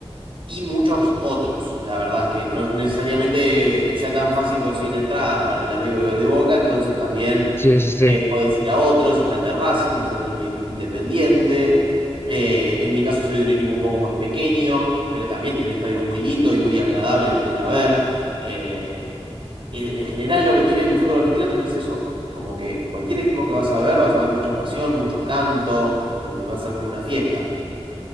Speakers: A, on the right; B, on the left.
A: y muchos otros. La verdad es que no necesariamente sea tan fácil conseguir entradas para el de River o el de Boca, entonces también
B: Sí, sí, sí.
A: eh, podés ir a otros, está el de Racing, está el de Independiente. Eh, en mi caso soy de un equipo un poco más pequeño, pero también tiene un estadio muy lindo y muy agradable para ir a ver. Eh, en en general lo que tiene el fútbol argentino también es eso, como que cualquier equipo que vas a ver, vas a ver mucha pasión, mucho canto, un- va a ser como una fiesta.